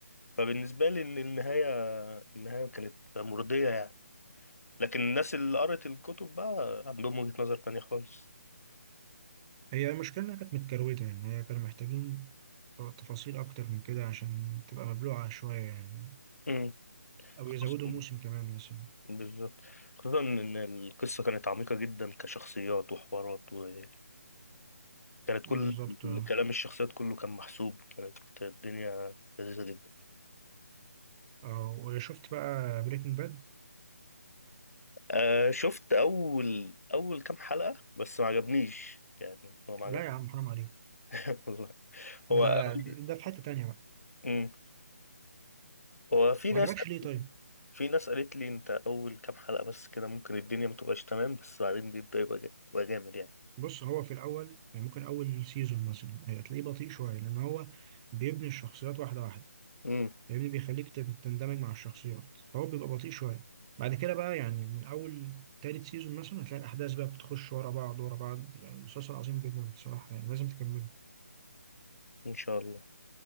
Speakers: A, on the left; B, on the right.
A: فبالنسبة لي إن النهاية النهاية كانت مرضية يعني لكن الناس اللي قرأت الكتب بقى عندهم وجهة نظر تانية خالص
B: هي المشكلة إنها كانت متكروتة يعني هي كانوا محتاجين تفاصيل أكتر من كده عشان تبقى مبلوعة شوية يعني
A: امم
B: أو
A: خصوصا
B: يزودوا موسم كمان مثلا
A: بالظبط خصوصا إن القصة كانت عميقة جدا كشخصيات وحوارات وكانت
B: بالظبط
A: كل
B: اه
A: كلام الشخصيات كله كان محسوب كانت الدنيا لذيذة جدا
B: آه، وشفت بقى بريكنج باد
A: آه شفت أول أول كام حلقة بس ما عجبنيش يعني هو ما عجبنيش
B: لا يا عم حرام عليك
A: <laughs> والله
B: ده
A: هو
B: ده ده في حتة تانية بقى
A: مم. هو في
B: ما
A: ناس
B: عجبكش ليه طيب
A: في ناس قالت لي انت اول كام حلقة بس كده ممكن الدنيا ما تبقاش تمام بس بعدين بيبدأ يبقى جا- يبقى جامد يعني
B: بص هو في الأول يعني ممكن أول سيزون مثلا هتلاقيه بطيء شوية لأن هو بيبني الشخصيات واحدة واحدة
A: امم
B: فاهمني بيخليك تن- تندمج مع الشخصيات فهو بيبقى بطيء شوية بعد كده بقى يعني من أول تالت سيزون مثلا هتلاقي الأحداث بقى بتخش ورا بعض ورا بعض يعني مسلسل عظيم جدا بصراحة يعني لازم تكمله
A: ان شاء الله